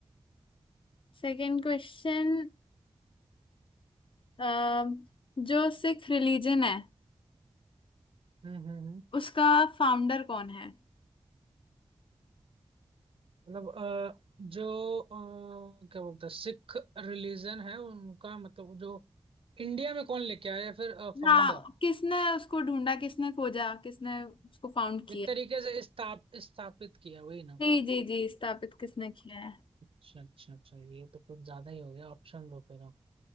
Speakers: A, on the left; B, on the right.
A: सेकंड क्वेश्चन अ, जो सिख रिलीजन है
B: हम्म हम्म हम्म।
A: उसका फाउंडर कौन है
B: मतलब अ, जो अ, क्या बोलते हैं सिख रिलीजन है उनका मतलब जो इंडिया में कौन लेके आया या फिर फाउंडर
A: हाँ किसने उसको ढूंढा किसने खोजा किसने उसको फाउंड किया
B: एक तरीके से स्थाप स्थापित किया वही ना
A: जी जी जी स्थापित किसने किया है
B: अच्छा अच्छा अच्छा ये तो कुछ ज्यादा ही हो गया ऑप्शन दो फिर आप